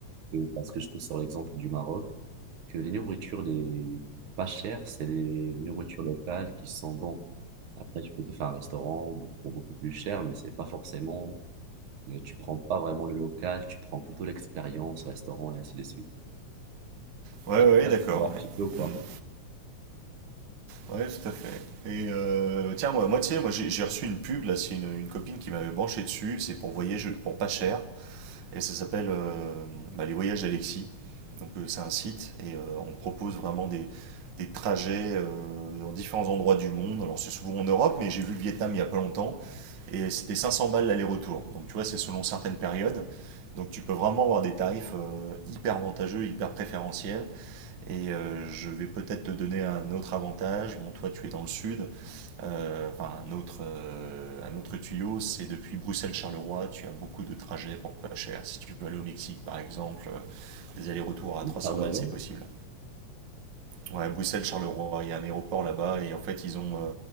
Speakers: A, on the right; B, on the right.
A: que, parce que je te sors l'exemple du Maroc, que les nourritures les pas chères, c'est les nourritures locales qui sont bonnes. Après, tu peux te faire un restaurant pour pour beaucoup plus cher, mais c'est pas forcément, mais tu prends pas vraiment le local, tu prends plutôt l'expérience, restaurant et ainsi de suite.
B: Ouais,
A: Je
B: ouais,
A: sais pas
B: d'accord,
A: si tu vois un petit
B: ouais.
A: peu ou pas.
B: Mhm. Ouais, tout à fait. Et euh, tiens, moi, moi, tu sais, moi, j'ai j'ai reçu une pub, là, c'est une, une copine qui m'avait branché dessus, c'est pour voyage, pour pas cher, et ça s'appelle euh, bah, Les Voyages d'Alexis. Donc, euh, c'est un site, et euh, on propose vraiment des, des trajets euh, dans différents endroits du monde. Alors, c'est souvent en Europe, mais j'ai vu le Vietnam il y a pas longtemps, et c'était 500 balles l'aller-retour. Donc, tu vois, c'est selon certaines périodes. Donc tu peux vraiment avoir des tarifs euh, hyper avantageux, hyper préférentiels. Et euh, je vais peut-être te donner un autre avantage. Bon, toi tu es dans le sud. Euh, enfin, un autre, euh, un autre tuyau, c'est depuis Bruxelles-Charleroi, tu as beaucoup de trajets pour pas cher. Si tu veux aller au Mexique par exemple, euh, des allers-retours à
A: Oui,
B: 300
A: Charleroi.
B: balles, c'est possible. Ouais, Bruxelles-Charleroi, il y a un aéroport là-bas et en fait ils ont, euh,